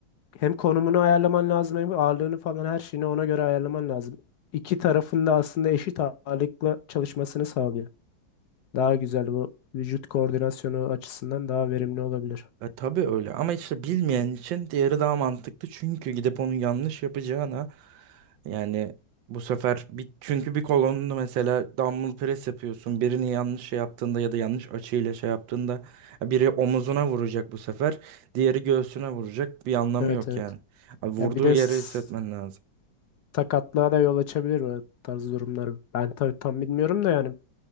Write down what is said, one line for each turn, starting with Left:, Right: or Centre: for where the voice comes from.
Left: hem konumunu ayarlaman lazım hem ağırlığını falan her şeyini ona göre ayarlaman lazım. İki tarafın da aslında eşit ağırlıkla çalışmasını sağlıyor. Daha güzel bu vücut koordinasyonu açısından daha verimli olabilir.
Right: E, tabii öyle ama işte bilmeyen için diğeri daha mantıklı. Çünkü gidip onu yanlış yapacağına yani bu sefer bir, çünkü bir kolonunu mesela dumbbell press yapıyorsun. Birini yanlış şey yaptığında ya da yanlış açıyla şey yaptığında e, biri omuzuna vuracak bu sefer. Diğeri göğsüne vuracak. Bir anlamı
Left: Evet
Right: yok
Left: evet.
Right: yani. Abi Vurduğu
Left: Ya bir de
Right: yeri
Left: s-
Right: hissetmen lazım.
Left: sakatlığa da yol açabilir bu tarz durumlar. Ben tabii tam bilmiyorum da yani